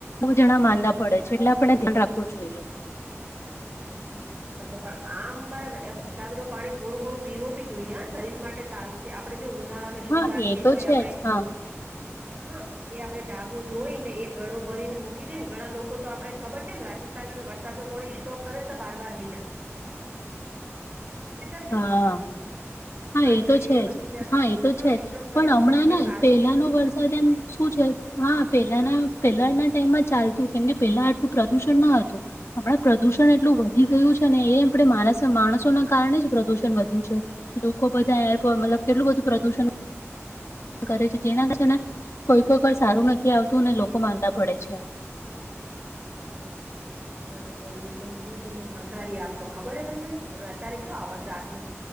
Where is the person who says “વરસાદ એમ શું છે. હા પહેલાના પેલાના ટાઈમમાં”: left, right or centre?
Left